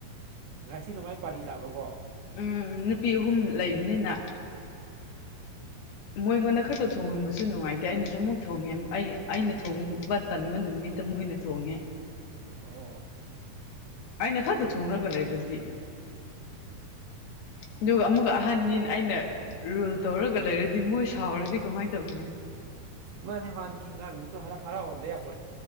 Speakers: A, on the right (about 75°); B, on the left (about 80°).
A: ꯉꯁꯤꯅ ꯃꯥꯏ ꯄꯥꯂꯤ ꯇꯥꯕꯀꯣ
B: ꯎꯝ ꯅꯨꯄꯤ ꯑꯍꯨꯝ ꯂꯩꯕꯅꯤꯅ ꯃꯣꯏꯉꯣꯟꯗ ꯈꯛꯇ ꯊꯣꯡꯍꯟꯕꯁꯨ ꯅꯨꯡꯉꯥꯏꯇꯦ ꯑꯩꯅꯁꯨ ꯑꯃꯨꯛ ꯊꯣꯡꯉꯦ ꯑꯩ ꯑꯩꯅ ꯊꯣꯡꯕ ꯇꯟꯕ ꯅꯨꯃꯤꯠꯇ ꯃꯣꯏꯅ ꯊꯣꯡꯉꯦ
A: ꯑꯣ
B: ꯑꯩꯅ ꯈꯔꯛꯇ ꯊꯣꯡꯉꯒ ꯂꯩꯔꯗꯤ ꯑꯗꯨꯒ ꯑꯃꯨꯛꯀ ꯑꯍꯟꯅꯤꯅ ꯑꯩꯅ ꯔꯨꯜ ꯇꯧꯔꯒ ꯂꯩꯔꯗꯤ ꯃꯣꯏ ꯁꯥꯎꯔꯗꯤ ꯀꯃꯥꯏꯅ ꯇꯧꯅꯤ
A: ꯃꯥꯅꯦ ꯃꯥꯅꯤ ꯑꯥꯡꯒꯂꯤꯁꯨ ꯍꯔ ꯍꯔ ꯍꯗꯄ